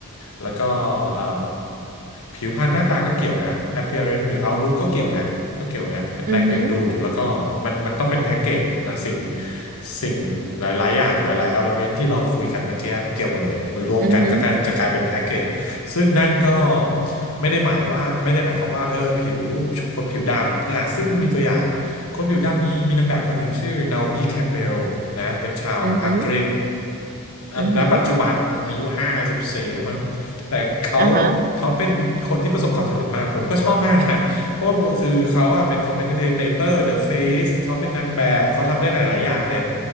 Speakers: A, on the left (about 80°); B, on the right (about 40°).
A: แล้วก็เอ่อผิวพรรณหน้าตาก็เกี่ยวนะ appearance หรือ outlook ก็เกี่ยวนะก็เกี่ยวนะแรงดึงดูดแล้วก็มันมันต้องเป็นแพ็กเกจนะสิ่ง
B: อือหือ
A: สิ่งหลายๆอย่างหลายๆ element ที่เราคุยกันเมื่อกี้เกี่ยวหมาเลยมันรวมกันก็จะกลายเป็นแพ็กเกจ
B: อือหือ
A: ซึ่งนั่นก็ไม่ได้หมายว่าไม่ได้หมายความว่าเออผิวคนผิวดำนะซึ่งมีตัวอย่างคนผิวดำมีมีนางแบบคนหนึ่งชื่อนาโอมิแคมเบลนะเป็นชาวอังกฤษ
B: อือหือ
A: อ่ะณปัจจุบันอายุห้าสิบสี่แล้วมั้งแต่เขา
B: อือหืออ่ะฮะ
A: เขาเป็นคนที่ประสบความสำเร็จมากผมก็ชอบมากนะ <laughs> เพราะว่าคือเขาอะเป็น commentator The Face เขาเป็นนางแบบเขาทำได้หลายๆอย่างเลย